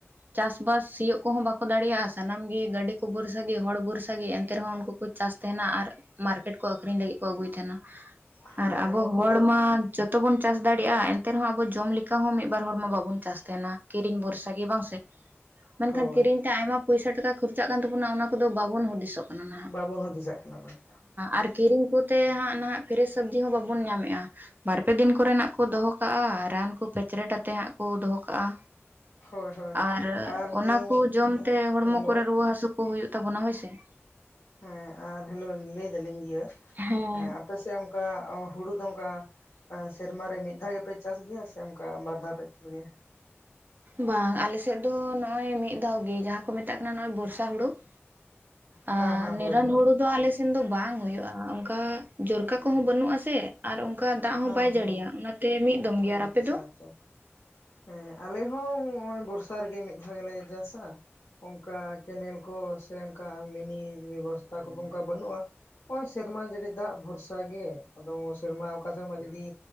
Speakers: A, on the right; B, on the left.
A: ᱪᱟᱥ ᱵᱟᱥ ᱥᱤᱭᱳᱜ ᱠᱚᱦᱚᱸ ᱵᱟᱠᱚ ᱫᱟᱲᱮᱭᱟᱜᱼᱟ᱾ ᱥᱟᱱᱟᱢ ᱜᱮ ᱜᱟᱹᱰᱤ ᱠᱚ ᱵᱷᱚᱨᱥᱟᱹᱜᱤ ᱦᱚᱲ ᱵᱷᱚᱨᱥᱟᱹᱜᱤ ᱮᱱᱛᱮ ᱨᱮᱦᱚᱸ ᱩᱱᱠᱩ ᱠᱚ ᱪᱟᱥ ᱛᱟᱦᱮᱱᱟ ᱟᱨ ᱢᱟᱨᱠᱮᱴ ᱠᱚ ᱟᱹᱠᱷᱨᱤᱧ ᱞᱟᱹᱜᱤᱫ ᱠᱚ ᱟᱹᱜᱩᱭ ᱛᱟᱦᱮᱱᱟ
B: ᱦᱮᱸ
A: ᱟᱨ
B: ᱦᱮᱸ
A: ᱟᱵᱚ
B: ᱩᱱᱠᱩ
A: ᱦᱚᱲ
B: ᱫᱚ
A: ᱢᱟ ᱡᱚ ᱛᱚ ᱵᱚᱱ ᱪᱟᱥ ᱫᱟᱲᱮᱭᱟᱜᱼᱟ᱾ ᱮᱱᱛᱮ ᱨᱮᱦᱚᱸ ᱟᱵᱚ ᱡᱚᱢ ᱞᱮᱠᱟ ᱦᱚᱸ ᱢᱤᱫ ᱵᱟᱨ ᱦᱚᱲᱢᱟ ᱵᱟᱵᱚᱱ ᱪᱟᱥ ᱛᱟᱦᱮᱱᱟ ᱾ ᱠᱤᱨᱤᱧ ᱵᱷᱚᱨᱥᱟ ᱜᱮ ᱵᱟᱝ ᱥᱮ ᱾ᱢᱮᱱᱠᱷᱟᱱ
B: ᱦᱳᱭ
A: ᱠᱤᱨᱤᱧ ᱛᱮ ᱟᱭᱢᱟ ᱯᱚᱭᱥᱟ ᱴᱟᱠᱟ ᱠᱷᱚᱨᱪᱟᱜ ᱠᱟᱱ ᱛᱟᱵᱚᱱᱟ᱾ ᱚᱱᱟ ᱠᱚᱫᱚ ᱵᱟᱵᱚᱱ ᱦᱩᱫᱤᱥᱚᱜ ᱠᱟᱱᱟ ᱾
B: ᱵᱟᱵᱚᱱ ᱦᱩᱫᱤᱥᱟᱜ ᱠᱟᱱᱟ ᱚᱱᱟ ᱾
A: ᱟᱨ ᱠᱤᱨᱤᱧ ᱠᱚᱛᱮ ᱦᱟᱸᱜ ᱱᱟᱦᱟᱜ ᱯᱷᱮᱨᱮᱥ ᱥᱚᱵᱽᱡᱤ ᱦᱚᱸ ᱵᱟᱵᱚᱱ ᱧᱟᱢ ᱮᱜᱼᱟ ᱾ ᱵᱟᱨᱯᱮ ᱫᱤᱱ ᱠᱚᱨᱮᱱᱟᱜ ᱠᱚ ᱫᱚᱦᱚ ᱠᱟᱜᱼᱟ, ᱨᱟᱱ ᱠᱚ ᱯᱷᱮᱪᱨᱮᱴ ᱟᱛᱮᱫ ᱦᱟᱸᱜ ᱠᱚ ᱫᱚᱦᱚ ᱠᱟᱜᱼᱟ᱾
B: ᱦᱳᱭ ᱦᱳᱭ
A: ᱟᱨ
B: ᱱᱤᱭᱟᱹ
A: ᱚᱱᱟ ᱠᱚ ᱡᱚᱢᱛᱮ ᱦᱚᱲᱢᱚ
B: ᱦᱮᱞᱳ
A: ᱠᱚᱨᱮ ᱨᱩᱣᱟᱹ ᱦᱟᱹᱥᱩ ᱠᱚ ᱦᱩᱭᱩᱜ ᱛᱟᱵᱚᱱᱟ ᱦᱳᱭ ᱥᱮ ᱾
B: ᱦᱮᱸ ᱟᱨ ᱦᱮᱞᱳ ᱞᱟᱹᱭ ᱫᱟᱞᱤᱧ ᱤᱭᱟᱹ
A: ᱦᱮᱸ
B: ᱟᱯᱮ ᱥᱮᱫ ᱚᱱᱠᱟ ᱦᱩᱲᱩ ᱫᱚ ᱚᱱᱠᱟ ᱥᱮᱨᱢᱟ ᱨᱮ ᱢᱤᱫ ᱫᱷᱟᱣ ᱜᱮᱯᱮ ᱪᱟᱥ ᱜᱮᱭᱟ ᱥᱮ ᱚᱱᱠᱟ ᱵᱟᱨ ᱫᱷᱟᱣ ᱯᱮ ᱪᱟᱥ ᱜᱮᱭᱟ?
A: ᱵᱟᱝ ᱟᱞᱮᱥᱮᱫ ᱫᱚ ᱱᱚᱜ ᱚᱭ ᱢᱤᱫ ᱫᱷᱟᱣ ᱜᱮ᱾ ᱡᱟᱦᱟᱸ ᱠᱚ ᱢᱮᱛᱟᱜ ᱠᱟᱱᱟ ᱱᱚᱜᱚᱭ ᱵᱚᱨᱥᱟ ᱦᱩᱲᱩ ᱾
B: ᱦᱮᱸ
A: ᱟᱨ
B: ᱦᱮᱸ
A: ᱱᱤᱨᱚᱱ
B: ᱦᱳᱭ ᱦᱳᱭ
A: ᱦᱳᱲᱩ ᱫᱚ ᱟᱞᱮ ᱥᱮᱱ ᱫᱚ ᱵᱟᱝ ᱦᱩᱭᱩᱜᱼᱟ᱾ ᱚᱱᱠᱟ ᱡᱚᱨᱠᱟ ᱠᱚᱦᱚᱸ ᱵᱟᱹᱱᱩᱜᱼᱟ ᱥᱮ ᱾ ᱟᱨ ᱚᱱᱠᱟ ᱫᱟᱜ
B: ᱦᱮᱸ
A: ᱦᱚᱸ ᱵᱟᱭ
B: ᱦᱮᱸ
A: ᱡᱟᱹᱲᱤᱭᱟ ᱾ᱚᱱᱟᱛᱮ ᱢᱤᱫ ᱫᱚᱢ
B: ᱚ
A: ᱜᱮ ᱾ ᱟᱨ
B: ᱟᱪᱪᱷᱟ
A: ᱟᱯᱮ ᱫᱚ?
B: ᱟᱪᱪᱷᱟ ᱦᱮᱸ ᱟᱞᱮ ᱦᱚᱸ ᱱᱚᱜᱼᱚᱭ ᱵᱚᱨᱥᱟ ᱨᱮᱜᱮ ᱢᱤᱫ ᱫᱷᱟᱣ ᱜᱮᱞᱮ ᱪᱟᱥᱟ ᱾ ᱚᱱᱠᱟ ᱠᱮᱱᱮᱞ ᱠᱚ ᱥᱮ ᱚᱱᱠᱟ ᱢᱤᱱᱤ ᱵᱮᱵᱚᱥᱛᱟ ᱠᱚᱫᱚ ᱚᱱᱠᱟ ᱵᱟᱹᱱᱩᱜᱼᱟ᱾ ᱱᱚᱜᱼᱚᱭ ᱥᱮᱨᱢᱟ ᱡᱟᱹᱲᱤ ᱫᱟᱜ ᱵᱷᱚᱨᱥᱟ ᱜᱮ᱾ ᱟᱫᱚ ᱥᱮᱨᱢᱟ ᱚᱠᱟ ᱥᱮᱨᱢᱟ ᱡᱩᱫᱤ